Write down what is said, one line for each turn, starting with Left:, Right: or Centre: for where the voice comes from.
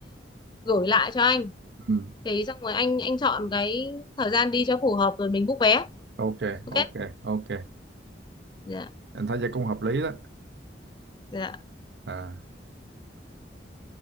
Left: gửi lại cho anh
Right: ừ,
Left: thì xong rồi anh anh chọn cái thời gian đi cho phù hợp rồi mình book vé
Right: ok
Left: ok
Right: ok ok
Left: dạ
Right: em thấy vậy cũng hợp lý đó
Left: dạ
Right: à